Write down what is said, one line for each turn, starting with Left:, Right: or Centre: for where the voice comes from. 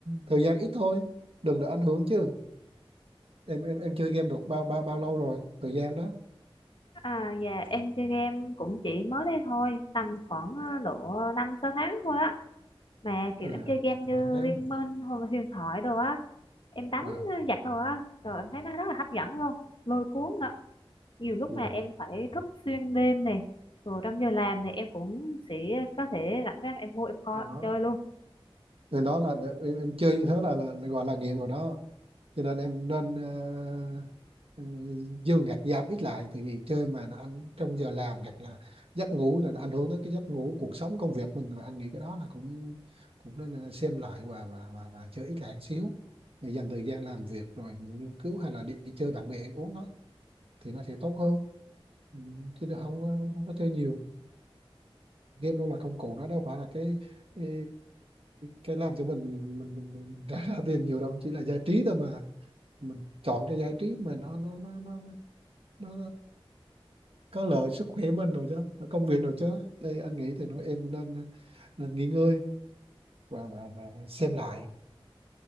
Right: thời gian ít thôi đừng để ảnh hưởng chứ em em em chơi game được bao bao bao lâu rồi thời gian đó
Left: à dạ em chơi game cũng chỉ mới đây thôi tầm khoảng ờ, độ năm sáu tháng thôi á mà kiểu
Right: à
Left: em chơi game như
Right: năm tháng
Left: Liên Minh hoặc là huyền thoại đồ á em đánh
Right: wow
Left: ờ, giặc đồ á rồi em thấy nó rất là hấp dẫn luôn lôi cuốn nữa nhiều lúc
Right: rồi
Left: mà em phải thức xuyên đêm này rồi trong giờ làm này em cũng sẽ có thể rảnh rang em vô em coi
Right: đó
Left: em chơi luôn
Right: nên đó là em em chơi như thế là là là gọi là nghiện rồi đó cho nên em nên ờ, ờ, dương gạt giảm ít lại tại vì chơi mà nó anh trong giờ làm hoặc là giấc ngủ là nó ảnh hưởng đến cái giấc ngủ cuộc sống công việc mình Rồi anh nghĩ cái đó là cũng cũng nên ờ, xem lại và và và, và chơi ít lại một xíu để dành thời gian làm việc rồi nghiên cứu hay là đi, đi chơi bạn bè ăn uống đó thì nó sẽ tốt hơn Ừ, chứ đừng- không có- không có chơi nhiều game đâu là công cụ nó đâu phải là cái cái, cái làm cho mình mình mình mình, <laughs> mình ra, ra tiền nhiều đâu chỉ là giải trí thôi mà mình chọn cái giải trí mà nó nó nó nó, nó, nó có lợi sức khỏe mình rồi chứ và công việc rồi chứ thì anh nghĩ thì nói em nên nên nghỉ ngơi và và, và xem lại